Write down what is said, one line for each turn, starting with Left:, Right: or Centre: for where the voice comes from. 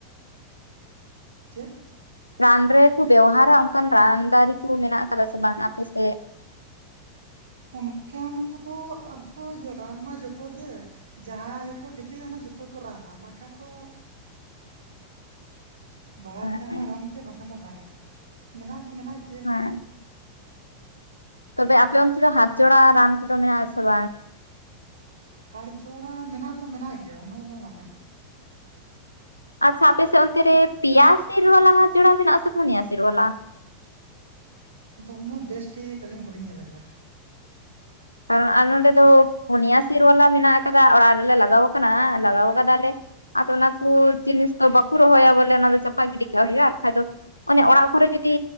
Left: <unintelligible>
Right: ᱪᱮᱫ
Left: ᱨᱟᱱ ᱨᱮᱠᱚ ᱵᱮᱣᱦᱟᱨᱟ ᱚᱝᱠᱟᱱ ᱨᱟᱱ ᱫᱟᱨᱤ ᱠᱩ ᱢᱮᱱᱟᱜ ᱠᱟᱫᱟ ᱥᱮ ᱵᱟᱝ ᱟᱯᱮ ᱥᱮᱜ
Right: ᱚᱱᱠᱟᱱ ᱠᱚᱫᱚ ᱟᱫᱚ ᱨᱟᱱ ᱢᱟ ᱡᱚᱛᱚ ᱜᱮ ᱡᱟᱦᱟᱭ ᱠᱚ ᱴᱷᱤᱠᱟᱹᱭᱟ ᱚᱱᱟ ᱡᱷᱚᱛᱚ ᱠᱚ ᱨᱟᱱᱟ ᱵᱟᱝ ᱠᱷᱟᱱ ᱛᱚ ᱵᱟᱲᱟᱭ
Left: ᱦᱮᱸ
Right: ᱞᱮᱠᱷᱟᱱ
Left: ᱦᱮᱸ
Right: ᱢᱟ ᱨᱟᱱ ᱜᱮ ᱵᱟᱝ ᱠᱷᱟᱱ ᱫᱚ ᱵᱟᱝᱼᱟ, ᱢᱮᱱᱟᱜ ᱫᱚ ᱢᱮᱱᱟᱜ ᱜᱮᱭᱟ
Left: <unintelligible> ᱛᱚᱵᱮ ᱟᱯᱮ ᱚᱱᱛᱮ ᱫᱚ ᱦᱟᱛᱡᱚᱲᱟ ᱨᱟᱱ ᱠᱚᱫᱚ ᱢᱮᱱᱟᱜ ᱟᱥᱮ ᱵᱟᱝ
Right: ᱦᱟᱲ ᱡᱚᱲᱟ ᱢᱮᱱᱟᱜ ᱫᱚ ᱢᱮᱱᱟᱜ ᱜᱮᱭᱟ ᱩᱱᱟᱹᱜ ᱫᱚ ᱵᱟᱝᱼᱟ
Left: ᱟᱪᱪᱷᱟ ᱟᱯᱮ ᱥᱮᱫ ᱚᱱᱛᱮ ᱨᱮ ᱯᱮᱭᱟ ᱥᱤᱨ ᱵᱟᱞᱟ ᱦᱟᱛᱡᱚᱲᱟ ᱢᱮᱱᱟᱜ ᱟᱥᱮ ᱯᱚᱱᱭᱟ ᱥᱤᱨ ᱵᱟᱞᱟ
Right: ᱟᱫᱚ ᱩᱱᱟᱹᱜ ᱵᱮᱥᱴᱷᱤᱠ ᱟᱹᱞᱤᱧ ᱵᱟᱹᱞᱤᱧ ᱧᱮᱞ ᱟᱠᱟᱫᱟ
Left: <unintelligible> ᱱᱚᱸᱰᱮ ᱫᱚ ᱯᱩᱱᱭᱟ ᱥᱤᱨ ᱵᱟᱞᱟ ᱢᱮᱱᱟᱜ ᱟᱠᱟᱫᱟ ᱚᱲᱟᱜ ᱨᱮᱞᱮ ᱞᱟᱜᱟᱣ ᱠᱟᱱᱟ ᱞᱟᱜᱟᱣ ᱠᱟᱫᱟᱞᱮ ᱟᱫᱚ ᱚᱱᱟ ᱠᱚ ᱡᱤᱱᱤᱥ ᱫᱚ ᱵᱟᱠᱚ ᱨᱚᱦᱚᱭᱟ ᱵᱚᱞᱮ ᱚᱱᱟ ᱫᱚ ᱪᱟᱯᱟ ᱜᱤᱰᱤ ᱠᱟᱜ ᱦᱩᱭᱩᱜᱼᱟ ᱵᱟᱠᱷᱟᱡ ᱫᱚ ᱚᱱᱮ ᱚᱲᱟᱜ ᱠᱚᱨᱮ ᱡᱩᱫᱤ